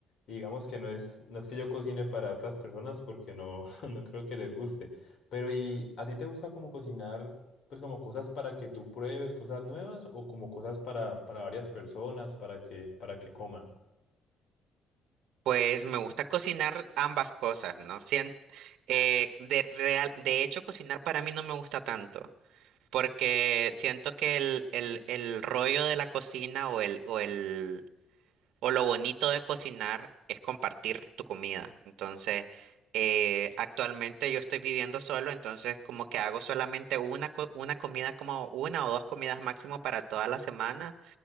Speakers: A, on the left; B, on the right.
A: y digamos que no es, no es que yo cocine para otras personas porque no, <laughs> no creo que les guste. Pero ¿y a ti te gusta como cocinar, pues como cosas para que tú pruebes, cosas nuevas o como cosas para, para varias personas, para que, para que coman?
B: Pues me gusta cocinar ambas cosas, ¿no? Sien- eh, de, real, de hecho, cocinar para mí no me gusta tanto, porque siento que el, el, el rollo de la cocina o el, o el O lo bonito de cocinar es compartir tu comida. Entonces, eh, actualmente yo estoy viviendo solo, entonces como que hago solamente una, co- una comida, como una o dos comidas máximo para toda la semana.